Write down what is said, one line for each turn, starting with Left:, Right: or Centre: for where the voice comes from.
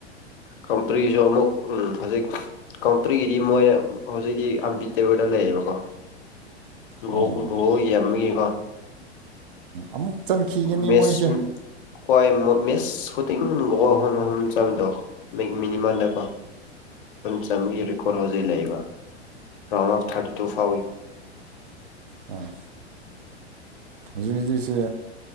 Left: ꯀꯝꯄꯔꯤꯁꯨ ꯑꯃꯨꯛ ꯎ ꯍꯧꯖꯤꯛ ꯀꯥꯎꯝꯇ꯭ꯔꯤꯒꯤꯗꯤ ꯃꯣꯏꯅ ꯍꯧꯖꯤꯛꯤ ꯑꯝꯕꯤ ꯇꯦꯕꯔꯗ ꯂꯩꯌꯦꯕꯀꯣ ꯒ
Right: ꯑꯣ
Left: ꯒ꯭ꯔꯣ ꯌꯦꯡꯕꯒꯤꯀꯣ
Right: ꯑꯃꯨꯛ ꯆꯟꯈꯤꯒꯅꯤ
Left: ꯃꯦꯁ
Right: ꯃꯣꯏꯁꯦ
Left: ꯀꯣꯏ ꯃꯤꯁ ꯍꯨꯇꯤꯡꯒꯣꯍꯨꯝ ꯍꯨꯝ ꯆꯃꯗꯣ ꯃꯤꯅꯤꯃꯥꯟꯗꯀꯣ ꯆꯥꯝꯃꯒꯤ ꯔꯦꯀꯣꯔꯠ ꯍꯧꯖꯤꯛ ꯂꯩꯕ ꯔꯥꯎ ꯑꯣꯐ ꯊꯔꯇꯤ ꯇꯨ ꯐꯥꯎ
Right: ꯑꯣ ꯍꯧꯖꯤꯛ ꯍꯧꯖꯤꯛꯁꯦ